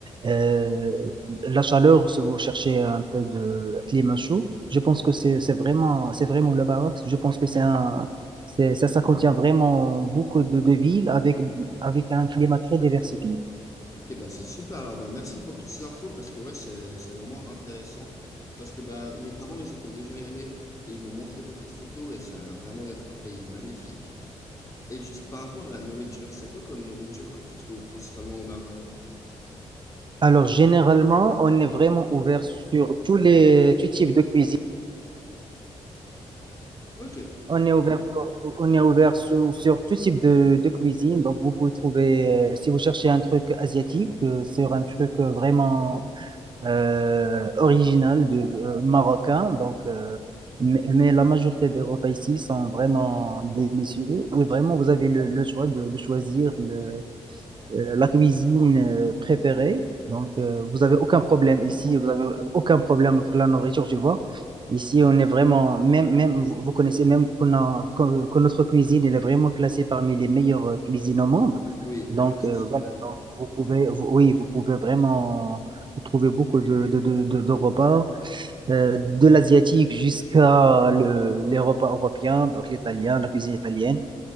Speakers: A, on the right; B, on the left.
A: euh, la chaleur, si vous cherchez un peu de climat chaud, je pense que c'est c'est vraiment, c'est vraiment le baroque. Je pense que c'est un, c'est, ça, ça contient vraiment beaucoup de, de villes avec, avec un climat très diversifié.
B: Ok, bah c'est super. Alors, bah, merci pour toutes ces infos parce que ouais, c'est, c'est vraiment intéressant. Parce que bah, mes parents, ils étaient déjà y allés et ils m'ont montré beaucoup de photos et ça a l'air vraiment d'être un pays magnifique. Et juste par rapport à la nourriture, c'est quoi comme nourriture que tu trouves principalement au Maroc?
A: Alors, généralement, on est vraiment ouvert sur tous les, tous types de cuisine.
B: Ok,
A: On est ouvert, sur- on est ouvert sur, sur tout type de, de cuisine. Donc, vous pouvez trouver, euh, si vous cherchez un truc asiatique, euh, sur un truc euh, vraiment euh, original de, de- euh, marocain. Donc, euh, mais, mais la majorité des repas ici sont vraiment délicieux. Et vraiment, vous avez le, le choix de, de choisir le, euh, la cuisine euh, préférée. Donc, euh, vous avez aucun problème ici, vous avez aucun problème avec la nourriture, tu vois. Ici, on est vraiment, même, même, vous vous connaissez même qu'on a, que, que notre cuisine, elle est vraiment classée parmi les meilleures euh, cuisines au monde.
B: oui,
A: Donc,
B: oui, ça
A: euh,
B: c'est
A: voilà,
B: clair.
A: donc, vous pouvez, vous- oui, vous pouvez vraiment trouver beaucoup de, de, de, de, de repas, euh, de l'asiatique jusqu'à le, les repas européens, donc l'italien, la cuisine italienne,